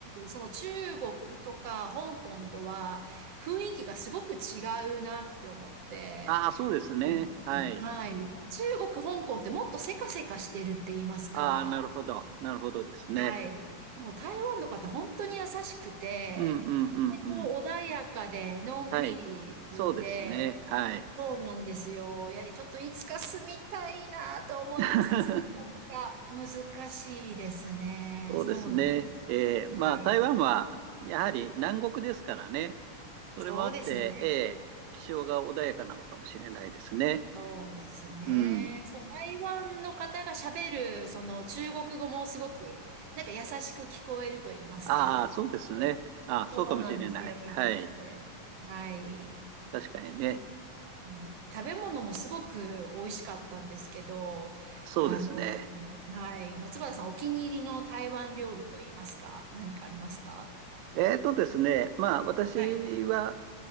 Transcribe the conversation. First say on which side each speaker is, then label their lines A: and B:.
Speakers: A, on the right; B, on the right.
A: その中国とか香港とは、雰囲気がすごく違うなって思って、
B: ああ、そうですね。
A: なるほどはい。
B: はい。
A: 中国、香港ってもっとせかせかしてるって言いますか。
B: ああ、なるほど。なるほどですね。
A: はい。もう台湾の方本当に優しくて、
B: うんうんうんうん。
A: で、こう穏やかでのんびりしていて、
B: はい。そうですね。はい。
A: そうなんですよ。いや、ちょっといつか住みたいなと思いつつ、
B: <laughs>
A: なかなか難しいですね。
B: そうですね。
A: そうなん。
B: えーまあ、
A: はい。
B: 台湾はやはり南国ですからね。それもあって、
A: そうですね。
B: ええ気象が穏やかなのかもしれないですね。
A: そうですね。
B: うん。
A: そう、台湾の方が喋る、その中国語もすごく、なんか優しく聞こえると言いますか。
B: ああ、そうですね。ああ、そうかもしれない。
A: そうなんです。柔らかくて。
B: はい。
A: はい。
B: 確かにね。
A: えはい。食べ物もすごく美味しかったんですけど、
B: そうですね。
A: あの、はい。松原さん、お気に入りの台湾料理と言いますか、何かありますか
B: えーとですね。まあ、私は
A: はい。